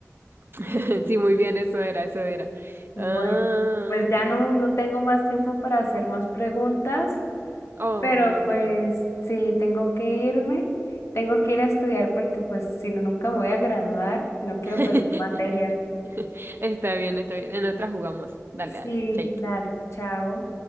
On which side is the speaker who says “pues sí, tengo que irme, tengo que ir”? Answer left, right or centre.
Left